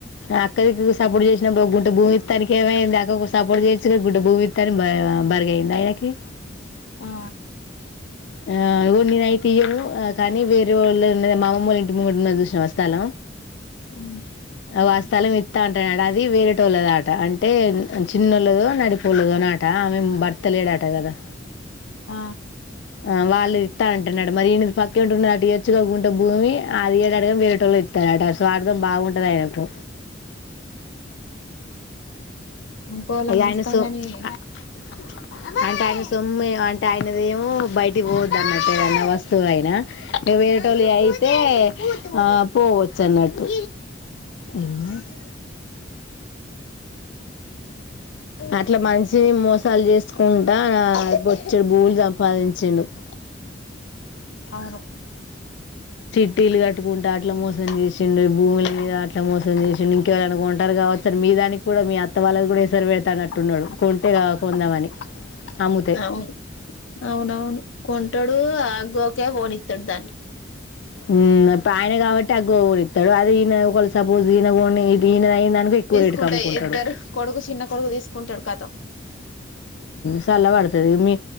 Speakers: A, on the left; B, on the left.
A: అ క్క సపోర్ట్ చేసినక ఒక గుంట భూమిత్తానికి ఏమైందె ఒక సపోర్ట్ చేసి గుంట భూమిత్త్తాన్ని <unintelligible> బరిగాంది ఎండాయనకి
B: ఆ
A: ఆ నేను అయి తీయను కానీ వేరే వాళ్ళు మామమ్ వాళ్ళ ఇంటి ము మజూ శ్ర వస్తాల
B: అ
A: వా స్థలం ఇత్త అంటట అది వేరేట వాళ్ళద ఆట అంటే చిన్నోళ్ళదో నడిపోలేదో అనిట ఆమె భర్తలేడాట కదా
B: ఆ
A: ఆ వాళ్ళు ఇస్తాన అంట అ నాడు మరి ఈది పక్కి ఉంటున్న అటు ఎచు కాకుంటే భూమి అదిేకం వీట ఇత్తాట స్వార్థం బాగుండద అయినప్పు
B: ఇనుకోవలా
A: ఇగ
B: ముుతాం
A: ఆయన సో
B: ని
A: <unintelligible> అంటే ఆయన సొమ్ ఏ అంటే ఆయనద ఏమో బయటికి పోవద్ద అన్నట్టు ఏదన్నా వస్తువు ఆయన వటోలు అయితే ఆ పోవచ్చు అన్నట్టు ఉమ్
B: ఆ
A: అట్లా మంచి మోసాలు చేసుకుంట బొచ్చడు బూల్ ఉత్పాదించిండుట్
B: అవును
A: స్టీలు కట్టుకుంటే అట్లా మోసం చేసిండే భూముల మీద అట్లా మోసం చేసిండడు ఇంకెవళ అనుకుంటారు కాబట్టి అసలు మీ దానికి కూడా మీ అత్త వాళ్ళకి కూడా ఇసరి వెళ్తానట్టున్నాడు కొంటే కొందామని అముద
B: అవును అవునవును కొంటాడు ఆగోకే పోఓనిత్తాడు దాన్ని
A: ఉ అ ఆయన కాబట్టి అ గ ఇస్తాడు అది ఈన ఒక సపోజ్ ఇది ఎక్కువ రేటుకి
B: తీసుకుంటా
A: అమ్ముకుంటాడు.
B: ఇద్దరు కొడుకు చిన్న కొడుకు తీసుకుంటాడు కథ
A: సల్ల పడుతుది మీ